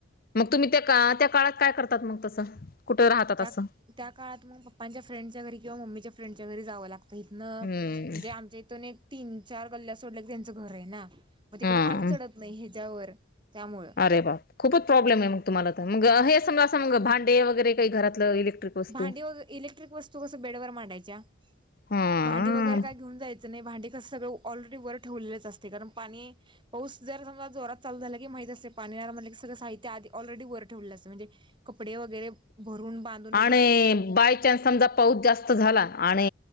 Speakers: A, on the left (about 45°); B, on the right (about 25°).
A: मगं तुम्ही त्या त्या काळात काय करतात मगं तसं कुठे राहतात
B: त्या
A: असं
B: त्या काळात मगं पप्पांच्या फ्रेंडच्या घरी किंवा मम्मीच्या फ्रेंडच्या घरी जावं लागत तर इथनं
A: हम्म
B: म्हणजे आमच्या इथून एक तीन चार गल्ल्या सोडल्या क त्यांचं घर आहे ना मगं तिकडं
A: हा
B: पाणी चढत नाही ह्याच्यावर त्यामुळं
A: अरे बा खूपच प्रॉब्लेम आहे मगं तुम्हाला तर मग हे सम असं म भांडे वगैरे काही घरातलं इलेक्ट्रिक वस्तू
B: भांडी वगैरे इलेक्ट्रिक वस्तू कस बेडवर मांडायच्या
A: हा
B: भांडी वगैरे काय घेऊन जायचं नाही भांडी कसं सगळं ऑलरेडी बरे ठेवलेलेच असते कारण पाणी पाऊस जर समजा जोरात चालू झाला की माहीत असते पाणी म्ह ऑलरेडी ठेव म्हणजे कपडे वगैरे भरून बाधून
A: आणि बाय च्यान्स समजा पाऊस जास्त झाला आणि